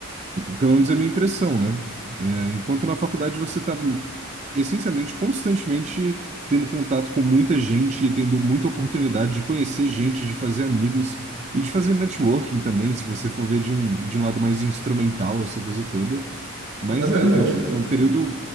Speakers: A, on the right; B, on the right.
A: Pelo menos é a minha impressão, né? É, enquanto na faculdade você está essencialmente, constantemente tendo contato com muita gente, tendo muita oportunidade de conhecer gente, de fazer amigos e de fazer networking também, se você for ver de um, de um lado mais instrumental, essa coisa toda. Mas
B: É é verdade.
A: é, é, um é um período